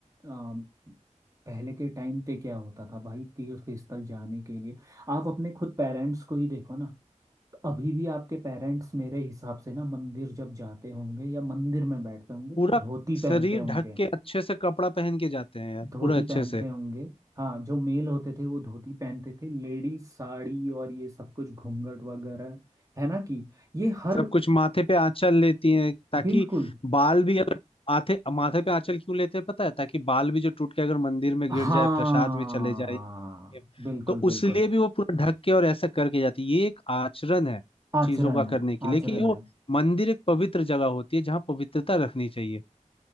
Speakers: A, on the right; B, on the left.
A: आ, पहले के टाइम पे क्या होता था भाई तीर्थ स्थल जाने के लिए आप अपने खुद पेरेंट्स को ही देखो ना तो अभी भी आपके पेरेंट्स मेरे हिसाब से ना मंदिर जब जाते होंगे या मंदिर में बैठते होंगे
B: पूरा
A: तो धोती
B: शरीर
A: पहनते होंगे
B: ढक के अच्छे से कपड़ा पहन के जाते हैं यार
A: धोती
B: पूरा अच्छे
A: पहनते
B: से
A: होंगे हाँ जो मेल होते थे वो धोती पहनते थे लेडीज साड़ी और ये सब कुछ घूंघट वगैरह है ना कि ये हर
B: सब कुछ माथे पे आंचल लेती हैं ताकि
A: बिल्कुल
B: बाल भी अगर माथे माथे पे आंचल क्यों लेते हैं पता है ताकि बाल भी जो टूट के अगर मंदिर में
A: हाँ
B: गिर जाए प्रसाद में चले जाए
A: बिल्कुल
B: तो
A: बिल्कुल
B: उसलिए भी वो पूरा ढक के और ऐसा करके जाती है ये एक आचरण है
A: आचरण
B: चीजों का
A: है
B: करने की लेकिन
A: आचरण है
B: वो मंदिर एक पवित्र जगह होती है जहाँ पवित्रता रखनी चाहिए